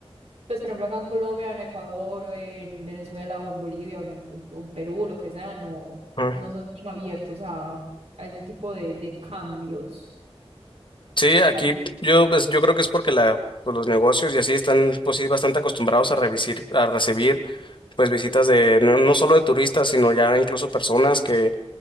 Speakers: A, on the right; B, on the left.
A: pues por ejemplo acá en Colombia, en Ecuador, o en Venezuela, o en Bolivia, o en, o en Perú, lo que sea, no,
B: Ah.
A: no son tan abiertos a, a ese tipo de, de cambios,
B: Sí,
A: de
B: aquí
A: cambios.
B: yo, pues, yo creo que es porque la, pues, los negocios y así están, pues sí, bastante acostumbrados a revisir, a recibir pues visitas de no, no solo de turistas, sino ya incluso personas que